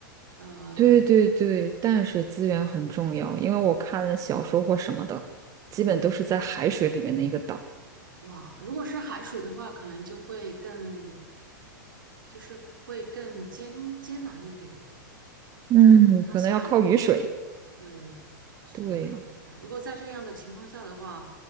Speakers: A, on the right; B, on the right.
A: 呃，
B: 对对对，淡水资源很重要，因为我看了小说或什么的，基本都是在海水里面的一个岛。
A: 哇，如果是海水的话，可能就会更，就是会更艰艰难一点，
B: 嗯，
A: 只能等它下雨。
B: 可能要靠雨水。
A: 对，只能靠远赛。
B: 对
A: 如果在这样的情况下的话，